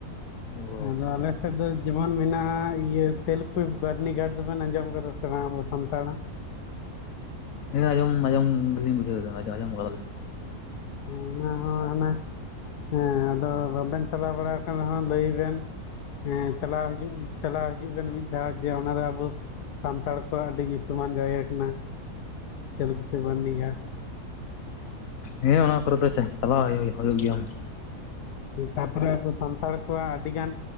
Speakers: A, on the left; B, on the left.
A: ᱚ
B: ᱟᱫᱚ ᱟᱞᱮ ᱥᱮᱫ ᱫᱚ ᱡᱮᱢᱚᱱ ᱢᱮᱱᱟᱜᱼᱟ ᱤᱭᱟᱹ ᱛᱮᱞᱠᱩ ᱵᱟᱨᱱᱤᱜᱷᱟᱴ ᱫᱚᱵᱮᱱ ᱟᱸᱡᱚᱢ ᱟᱠᱟᱫᱟ ᱥᱮ ᱵᱟᱝ ᱟᱵᱚ ᱥᱟᱱᱛᱟᱲᱟᱜ᱾
A: ᱦᱮᱸ ᱟᱸᱡᱚᱢ ᱟᱸᱡᱚᱢ ᱜᱮᱞᱤᱧ ᱵᱩᱡᱷᱟᱹᱣ ᱫᱟ ᱟᱸᱡᱚ ᱟᱸᱡᱚᱢ ᱟᱠᱟ ᱫᱟᱞᱤᱧ
B: ᱚᱱᱟ ᱦᱚᱸ ᱦᱟᱱᱟ ᱦᱮᱸ ᱟᱫᱚ ᱵᱟᱵᱮᱱ ᱪᱟᱞᱟᱣ ᱵᱟᱲᱟ ᱟᱠᱟᱱ ᱨᱮᱦᱚᱸ ᱞᱟᱹᱭ ᱵᱮᱱ ᱦᱮᱸ ᱪᱟᱞᱟᱣ ᱦᱤᱡᱩᱜ ᱢᱮ᱾ ᱪᱟᱞᱟᱣ ᱦᱤᱡᱩᱜ ᱵᱮᱱ ᱢᱤᱫ ᱫᱷᱟᱣ ᱡᱮ ᱚᱱᱟ ᱨᱮ ᱟᱵᱚ ᱥᱟᱱᱛᱟᱲ ᱠᱚᱣᱟᱜ ᱟᱹᱰᱤ ᱧᱩᱛᱩᱢᱟᱱ ᱡᱟᱭᱜᱟ ᱠᱟᱱᱟ᱾ ᱛᱮᱞᱠᱩᱯᱤ ᱵᱟᱨᱱᱤ ᱜᱷᱟᱴ
A: ᱦᱮᱸ ᱚᱱᱟ ᱠᱚᱨᱮ ᱫᱚ ᱪᱟᱞᱟᱣ ᱦᱩᱭᱩᱜ ᱜᱮᱭᱟ᱾
B: ᱛᱟ ᱯᱚᱨᱮ ᱟᱵᱚ ᱥᱟᱱᱛᱟᱲ ᱠᱚᱣᱟᱜ ᱟᱹᱰᱤ ᱜᱟᱱ